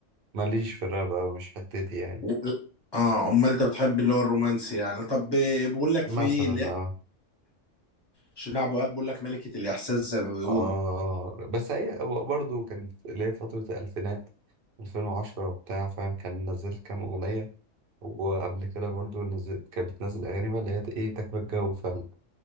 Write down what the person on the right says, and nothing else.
ماليش في الراب أوي مش حتتي يعني
مثلا
اه
آه بس هي برضه كان اللي هي فترة الألفينات 2010 وبتاع فاهم كان نزلت كام أغنية وقبل كده برضه نزلت كانت بتنزل أغاني بقى اللي هي إيه تكبر الجو فعلا